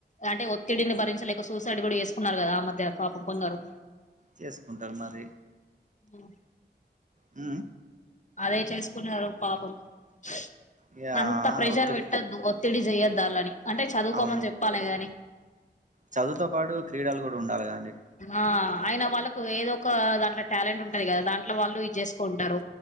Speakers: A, on the left; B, on the right.
A: అంటే ఒత్తిడిని భరించలేక సూసైడ్ కూడా చేసుకున్నారు కదా ఆ మధ్య పాపం కొందరు.
B: చేస్కుంటారు మరి
A: ఉ ఆ
B: ఉ
A: అదే చేసుకున్నారు పాపం స్
B: ఇక
A: అంత ప్రెషర్
B: ఒత్తిడి
A: పెట్టద్దు ఒత్తిడి చేయద్దు వాళ్ళని అంటే చదువుకోమని
B: అవును
A: చెప్పాలే గాని.
B: చదువుతో పాటు క్రీడలు కూడా ఉండాలి గదండి
A: ఆ అయిన వాళ్ళలకు ఏదో ఒక దాంట్లో టాలెంట్ ఉంటంది కదా దాంట్లో వాళ్ళు ఇది చేస్కుంటారు.